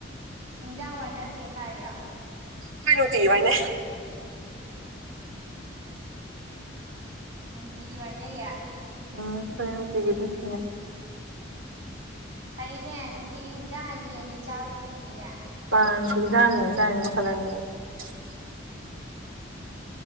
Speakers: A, on the right (about 60°); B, on the right (about 85°).
A: ꯍꯤꯟꯖꯥꯡ ꯋꯥꯏꯅꯁꯦꯅ ꯂꯥꯛꯏꯔꯥ
B: ꯀꯣꯏꯅ ꯀꯤ ꯍꯥꯏꯅꯦ
A: ꯎꯝ ꯀꯤ ꯀ ꯋꯥꯥꯏꯅꯦꯌꯦ
B: ꯎꯝ ꯀꯔ ꯅꯨꯡꯇꯤꯒꯤ ꯑꯗꯨꯝ ꯊꯤꯟꯅꯩ
A: ꯐꯩꯅꯦ ꯅꯨꯡꯇꯤꯒꯤ ꯍꯦꯟꯖꯥꯡ ꯑꯅꯤ ꯑꯅꯤ ꯆꯥꯕ ꯆꯤꯡꯉꯤꯅꯦ
B: ꯌꯥ ꯊ ꯌꯥꯥꯏꯅꯤ ꯃꯈꯁꯜꯂꯅꯤ